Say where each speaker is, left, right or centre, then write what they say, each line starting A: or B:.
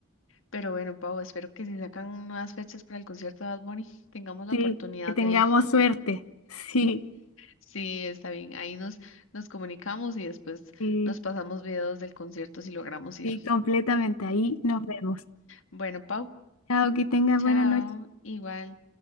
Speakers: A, on the left (about 60°); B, on the left (about 85°).
A: Pero bueno, Pau, espero que si sacan nuevas fechas para el concierto de Bad Bunny, tengamos la
B: Sí,
A: oportunidad
B: que tengamos
A: de ir. <laughs>
B: suerte. <laughs> Sí,
A: Sí, está bien. Ahí nos, nos comunicamos y después
B: sí,
A: nos pasamos videos del concierto si logramos ir.
B: sí, completamente. Ahí nos vemos.
A: Bueno, Pau,
B: Chao, que tengas
A: chao.
B: buena noche.
A: Igual.